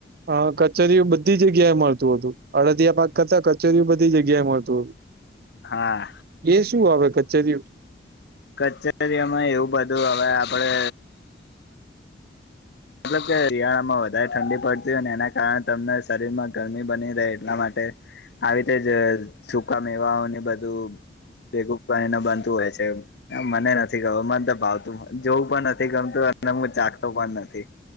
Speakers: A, on the right; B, on the left.
A: હ કચરિયું બધી જગ્યાએ મળતું હતું, અડદિયા પાક કરતા કચરિયું બધી જગ્યાએ મળતું.
B: હા
A: એ શું આવે કચરિયું?
B: કચરીયામાં એવું બધું હવે આપડે મતલબ કે શિયાળામાં વધારે ઠંડી પડતી હોય ને એના કારણે તમને શરીરમાં ગરમી બની રહે એટલા માટે આવી રીતે જ સુકા મેવાઓને બધું ભેગું બનીને બનતું હોય છે. મને નથી ખબર મને તો ભાવતું જોવું પણ નથી ગમતું અને હું ચાખતો પણ નથી.